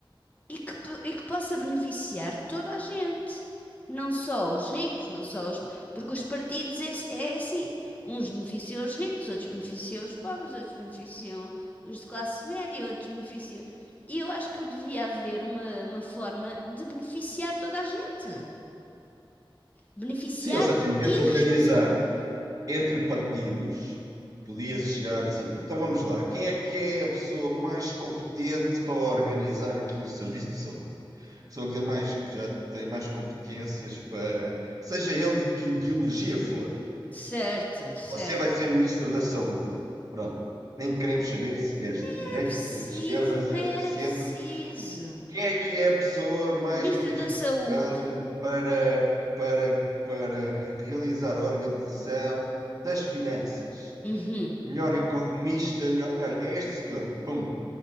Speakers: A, on the left; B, on the right.
A: E que, po- e que possa beneficiar toda a gente. Não só os ricos, não só os. Porque os partidos é, é assim: uns beneficiam os ricos, outros beneficiam os pobres, outros beneficiam os de classe média, outros beneficiam. E eu acho que devia haver uma, uma forma de beneficiar toda a gente. Beneficiar
B: Sim, ou seja, em vez
A: e
B: de organizar
A: responsabilizar.
B: entre partidos, podia-se chegar assim. Então vamos lá, quem é que é a pessoa mais competente para organizar aqui o serviço de saúde? A Pessoa que tem mais, que já tem mais competências para, seja ele de que ideologia for,
A: Certo, certo.
B: você vai ser ministro da saúde. Pronto. Nem queremos saber se és
A: Nem
B: da direita,
A: era preciso,
B: se és de esquerda, se
A: nem
B: és do
A: era
B: centro,
A: preciso.
B: Quem é que é a pessoa mais
A: Ministro
B: qualificada
A: da Saúde.
B: para, para, para realizar a organização das finanças?
A: Uhum.
B: Melhor economista, melhor. Olha, é este senhor, pum,